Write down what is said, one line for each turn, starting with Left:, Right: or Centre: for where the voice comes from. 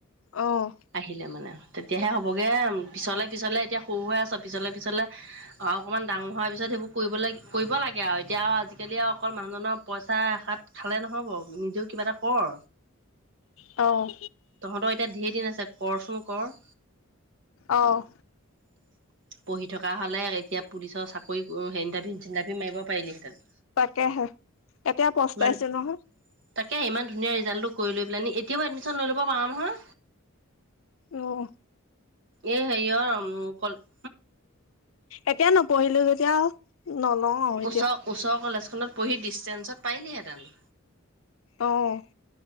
Left: অঁ।
Right: আহিলে মানে তেতিয়াহে হ'বগে পিছলে পিছলে এতিয়া সৰু হৈ আছ পিছলে পিছলে। অকণমান ডাঙৰ হোৱাৰ পিছত সেইবোৰ কৰিব লাগে কৰিব লাগে আও এতিয়া আৰু আজিকালি আৰু অকল মানুহজনৰ পইচা এষাত- খালে নহব নিজেও কিবা এটা কৰ।
Left: অঁ।
Right: তহঁতৰ এতিয়া ধেৰ দিন আছে কৰচোন কৰ।
Left: অঁ।
Right: <unintelligible> পঢ়ি থকা হ'লে এতিয়া পুলিচৰ চাকৰি ইনটাভি চিনটাভি মাৰিব পাৰিলিহেঁতেন।
Left: তাকেহে এতিয়া পস্তাইছো
Right: ইমান
Left: নহয়।
Right: তাকে ইমান ধুনীয়া ৰিজালটো কৰিলৈ পেলাই নি এতিয়াও এডমিশন লৈ লব পাৰা নহয়।
Left: অঁ।
Right: এ হেৰিয় কলে
Left: এতিয়া নপঢ়িলো যেতিয়া নলওঁ। আৰু এতিয়া
Right: ওচৰ ওচৰলেজখনত পঢ়ি ডিষ্টেঞ্চত পাৰিলিহেঁতেন।
Left: অঁ।